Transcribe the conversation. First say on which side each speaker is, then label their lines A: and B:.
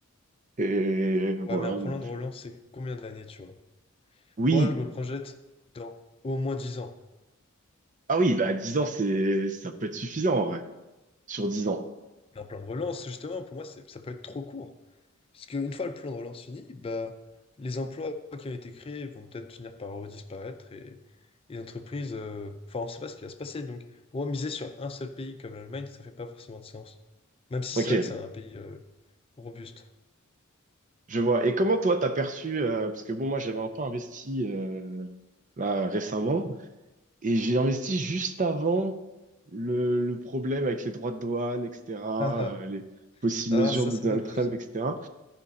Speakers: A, on the right (about 35°); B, on the left (about 25°).
A: Et voilà,
B: ouais, mais un plan
A: donc.
B: de relance, c'est combien d'années, tu vois?
A: Oui.
B: Moi, je me projette dans au moins 10 ans.
A: Ah oui, bah 10 ans, c'est ça peut être suffisant en vrai. Sur 10 ans.
B: Mais un plan de relance, justement, pour moi, c'est- ça peut être trop court. Parce qu'une fois le plan de relance fini, bah, les emplois qui ont été créés vont peut-être finir par disparaître et et les entreprises, euh, enfin, on ne sait pas ce qui va se passer. Donc, pour moi, miser sur un seul pays comme l'Allemagne, ça fait pas forcément de sens. Même si
A: Ok,
B: c'est vrai que c'est un pays euh, robuste.
A: je vois. Et comment toi t'as perçu, euh, parce que bon, moi j'avais un peu investi euh, là récemment, Et j'ai investi juste avant le, le problème avec les droits de douane, etc.,
B: Ah, ah,
A: euh, les possibles
B: ah,
A: mesures
B: ça,
A: de
B: c'est
A: Donald
B: dommage,
A: Trump,
B: ça.
A: etc.